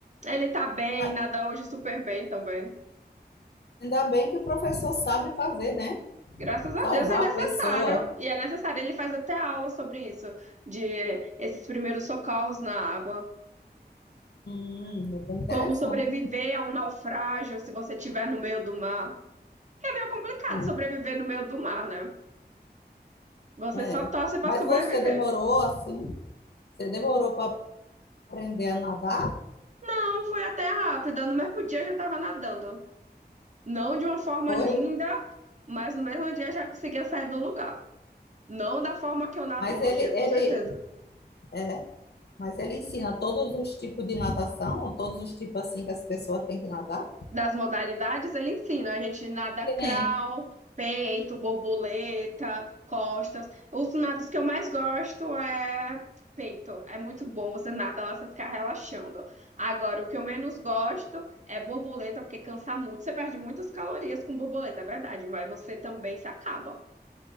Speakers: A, on the right; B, on the left.
A: Ele tá bem,
B: Mas
A: nada hoje super bem também.
B: Ainda bem que o professor sabe fazer, né?
A: Graças a
B: Salvar
A: Deus é necessário,
B: a pessoa.
A: e é necessário. Ele faz até aula sobre isso, de esses primeiros socorros na água,
B: Hum, é bem interessante.
A: como sobreviver a um naufrágio se você estiver no meio do mar. É meio complicado
B: Sim,
A: sobreviver no meio do mar, né? Você
B: é.
A: só torce para
B: Mas
A: sobreviver.
B: você demorou assim? Você demorou para aprender a nadar,
A: Não, foi até rápida, no mesmo dia eu já estava nadando. Não de uma forma
B: foi,
A: linda, mas no mesmo dia eu já conseguia sair do lugar. Não da forma que eu nado
B: mas
A: hoje,
B: ele,
A: com
B: ele,
A: certeza.
B: é, mas ele ensina todos os tipos de natação, todos os tipos assim que as pessoas têm que nadar.
A: das modalidades, ele ensina a gente nada
B: Sim.
A: crawl, peito, borboleta, costas. Os nados que eu mais gosto é peito. É muito bom, você nada lá, você ficar relaxando. Agora, o que eu menos gosto é borboleta, porque cansa muito. Você perde muitas calorias com borboleta, é verdade, mas você também se acaba.